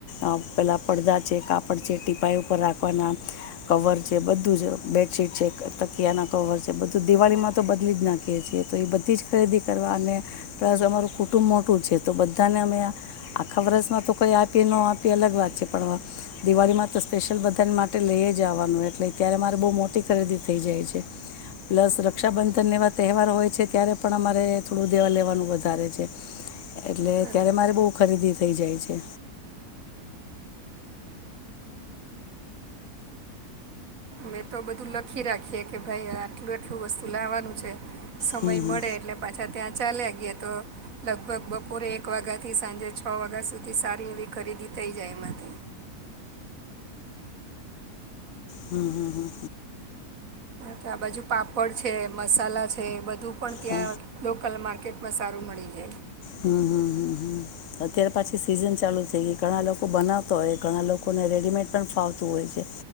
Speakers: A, on the left (about 65°); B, on the right (about 55°).
A: અહ પેલાં પડદા છે, કાપડ છે ટીપાાઈ ઉપર રાખવાના કવર છે બધું જ, બેડશીટ છે, તકિયાના કવર છે બધું દિવાળીમાં તો બદલી જ નાખીએ છીએ, તો એ બધી જ ખરીદી કરવા અને, પ્લસ અમારું કુટુંબ મોટું છે તો બધાને અમે આખા વર્ષમાં તો કઈ આપીએ ન આપીએ અલગ વાત છે પણ, દિવાળીમાં તો સ્પેશિયલ બધાને મા માટે લઈ જ આવવાનું એટલે ત્યારે મારે બહુ મોટી ખરીદી થઈ જાય છે પ્લસ રક્ષાબંધન એવા તહેવાર હોય છે ત્યારે પણ અમારે થોડું દેવા લેવાનું વધારે છે એટલે
B: બરાબર
A: ત્યારે મારે બહુ ખરીદી થઈ જાય છે.
B: મેં તો બધું લખી રાખીએ કે ભાઈ આટલું એટલું વસ્તુ લાવવાનું છે. સમય
A: હમ હમ
B: મળે એટલે પાછા ત્યાં ચાલે ગયા તો, લગભગ બપોરે એક વાગ્યાથી સાંજે છ વાગ્યા સુધી સારી એવી ખરીદી થઈ જાય એમાંથી.
A: હમ હમ હમ
B: તો આ બાજુ પાપડ છે મસાલા છે એ બધું પણ ત્યાં
A: હા
B: લોકલ માર્કેટમાં સારું મળી જાય.
A: હમ હમ હમ હમ અત્ય્યારે પાછી સિઝન ચાલુ થઈ ગઈ ઘણા લોકો બનાવતા હોય ઘણા લોકોને રેડીમેડ પણ ફાવતું હોય છે